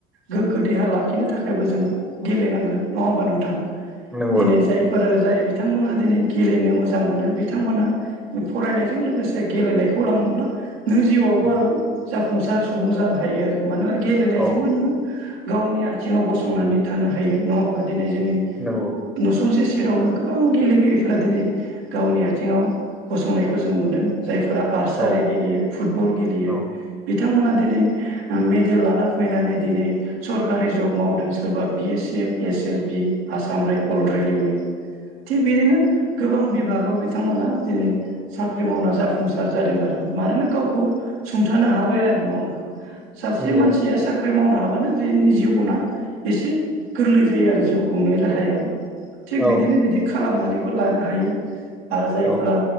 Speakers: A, on the right (about 80°); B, in the centre.
A: गोग्गो देहा लाखिनो थाखायबो जोङो गेलेनांगोन नङा होमबा नोंथां?
B: नंगौ
A: दिनै
B: नंगौ
A: जाय फोर जाय बिथांमोना दिनै गेलेनो मोजां मोनो बिथांमोना फरायनाय जों लोगोसे गेलेनायखौ लाङोब्ला नों जिउआवबो
B: उम
A: आरो जाफुंसार सुबुं जानो हायो आरो मानोना गेलेनायजोंबो
B: औ
A: नोङो गावनि आथिङाव गसंनानै थानो हायो नङा होमबा दिनै जोंनि
B: नंगौ
A: नुसुंसे सेरावनो गोबां गेलेगिरिफोरा दिनै गावनि आथिङाव गसंनाय खौ जों नुदों जायफोरा आर्सारि
B: औ
A: गेलेयो, फुटबल गेलेयो
B: औ
A: बिथांमोना दिनै मेडेल लाना फैनानै दिनै सरकारि जब मावदों सोरबा B S F, S S B, Assam rifle, railway थिग बिदिनो गोबां बिभागाव बिथांमोना दिनै साख्रि मावना जाफुंसार जादों आरो मानोना गावखौ सुंथानो हाबाय आरो नङा होमबा? सासे
B: नंगौ
A: मानसिया सा साख्रि मावनो हाबानो जोंनि जिबना एसे गोरलै जायो आरो जिउ खुंनाय राहाया। थिग
B: औ
A: बिदिनो बिदि खालामनानैबो लानो हायो आरो जायफोरा
B: औ